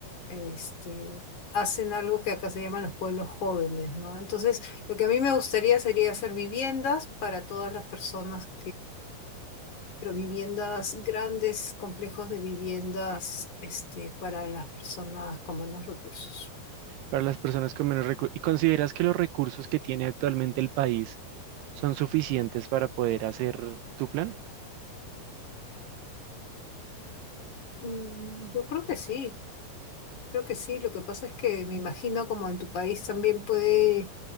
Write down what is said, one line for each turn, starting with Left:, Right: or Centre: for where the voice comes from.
Left: este, hacen algo que acá se llaman los pueblos jóvenes, ¿no? Entonces, lo que a mí me gustaría sería hacer viviendas para todas las personas pero viviendas grandes, complejos de viviendas este, para las personas con menos recursos.
Right: para las personas con menos recursos. ¿Y consideras que los recursos que tiene actualmente el país son suficientes para poder hacer tu plan?
Left: Mm, Yo creo que sí, creo que sí. Lo que pasa es que me imagino como en tu país también puede